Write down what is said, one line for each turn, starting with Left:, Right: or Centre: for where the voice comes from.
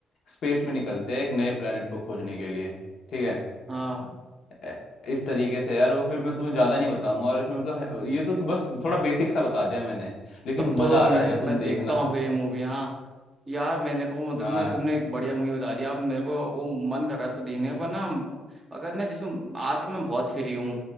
Left: स्पेस में निकलते हैं एक नए प्लेनेट को खोजने के लिए ठीक है
Right: हाँ
Left: ए- इस तरीके से यार वो फिर मैं तुम्हें ज़्यादा नहीं बताऊंगा और इसमें मतलब है- ये तो, तो बस थोड़ा बेसिक सा बता दिया मैंने लेकिन
Right: तब तो
Left: मज़ा
Right: मैं
Left: आ जाएगा तुम
Right: मैं
Left: देखना
Right: देखता हूँ फिर ये मूवी हाँ यार मैंने को मतलब
Left: हाँ।
Right: ना तुमने एक बढ़िया मूवी बता दिया अब मेरे को वो मन कर रहा है इसको देखने का पर ना अगर ना जैसे आज तो मैं बहुत फ्री हूँ